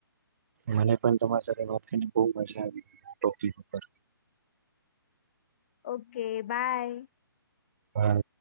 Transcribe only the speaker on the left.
ઓ કે બાય